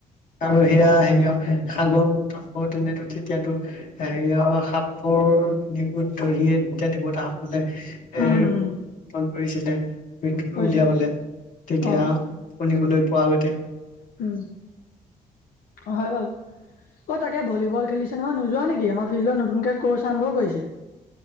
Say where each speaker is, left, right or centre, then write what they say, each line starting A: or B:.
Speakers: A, on the left; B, on the left.
A: আৰু সেয়া হেৰি হয়ান সাগৰ ম নে তেতিয়াতো হেৰিয় সাপোৰ ধৰিয়েতিয়া দিবতা বলে এ
B: উম,
A: ন কৰিছিলে মু
B: কৰিছিলো
A: উলিয়াবলৈ তেতিয়া
B: অ',
A: শনিবলৈ পোৱা আগতে
B: উম হয় বাও। তাকে ভলীবল খেলিছে নহয় নোযোৱা নেকি আমাৰ ফিল্ডত নতুনকে ক'ৰ্চ আৰম্ভ কৰিছে।